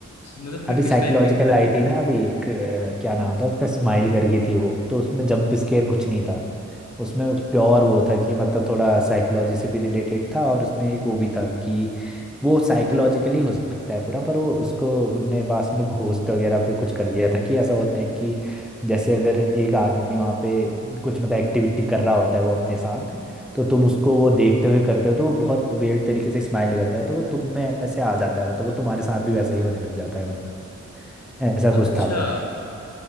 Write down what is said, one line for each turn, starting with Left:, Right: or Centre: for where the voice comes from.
Left: मतलब फिर
Centre: अभी साइकोलॉजिकल
Left: किस टाइप के
Centre: आई थी ना अभी एक अ, क्या नाम था उसका स्माइल करके थी वो तो उसमें जंप स्केयर कुछ नहीं था उसमें प्योर वो था कि मतलब थोड़ा साइकोलॉजी से भी रिलेटेड था और उसमें एक वो भी था कि वो साइकोलॉजिकली हो सकता है पूरा पर वो उसको उनने बाद में घोस्ट वगैरह पे कुछ कर दिया था कि ऐसा होता है कि जैसे अगर एक आदमी वहाँ पे कुछ मतलब एक्टिविटी कर रहा होता है वो अपने साथ तो तुम उसको वो देखते हुए करते हो तो वो बहुत वेird तरीके से स्माइल करता है तो वो तुम में ऐसे आ जाता है मतलब वो तुम्हारे साथ भी वैसा ही होने लग जाता है मतलब ऐसा
Left: अच्छा
Centre: कुछ था वो